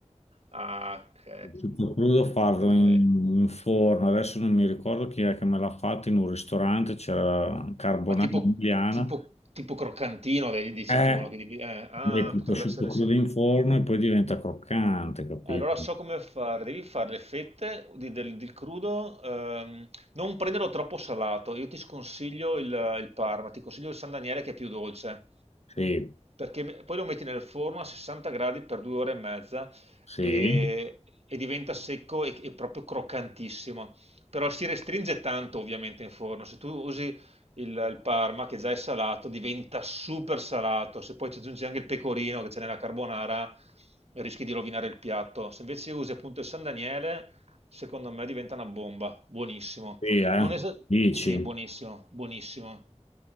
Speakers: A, on the right; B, on the left.
A: Ah, ok,
B: Il prosciutto crudo farlo
A: ok.
B: in, in forno. Adesso non mi ricordo chi è che me l'ha fatto in un ristorante, c'era carbonara
A: Ma tipo,
B: emiliana
A: tipo, tipo croccantino, vedi, dici
B: Eh,
A: tu, no? Che devi- eh, ah,
B: metti il
A: potrebbe
B: prosciutto
A: essere... sim-
B: crudo in forno e poi diventa croccante, capito?
A: Allora so come fare, devi fare le fette di- del, del crudo, ehm, non prenderlo troppo salato, io ti sconsiglio il, il Parma, ti consiglio il San Daniele che è più dolce,
B: Sì,
A: perché me- poi lo metti nel forno a 60 gradi per due ore e mezza
B: sì,
A: e, e diventa secco e, e proprio croccantissimo, però si restringe tanto ovviamente in forno, se tu usi il, il Parma, che già è salato, diventa super salato. Se poi ci aggiungi anche il pecorino che c'è nella carbonara, rischi di rovinare il piatto. Se invece usi appunto il San Daniele, secondo me diventa una bomba. Buonissimo.
B: sì, eh.
A: Non esa-
B: Dici?
A: sì, buonissimo, buonissimo.